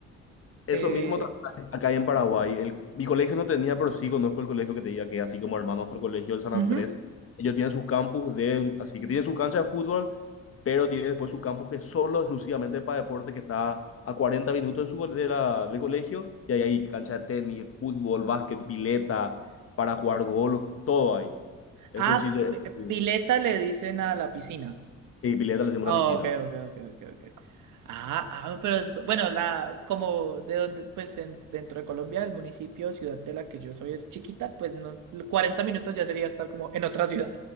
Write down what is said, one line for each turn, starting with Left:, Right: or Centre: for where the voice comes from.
Left: Eso
Right: Eh,
Left: mismo también acá en Paraguay. El, mi colegio no tenía, pero sí conozco el colegio que te diga que así como hermanos el colegio del San
Right: ujú.
Left: Andrés, ellos tienen su campus de, así que tienen su cancha de fútbol, pero tienen después su campus que es solo exclusivamente para deporte, que está a 40 minutos de su, de la, del colegio, y ahí hay cancha de tenis, fútbol, básquet, pileta, para jugar golf, todo ahí. Eso
Right: Ah,
Left: sí, se-
Right: pi- eh,
Left: sí,
Right: pileta le dicen a la piscina.
Left: sí, pileta le hacemos
Right: Ah,
Left: una piscina.
Right: ok, ok, ok, ok, ok. Ah, ah, no, pero es- bueno, la, como de donde, pues en, dentro de Colombia, el municipio, ciudad de la que yo soy es chiquita, pues no, 40 minutos ya sería estar como en otra ciudad.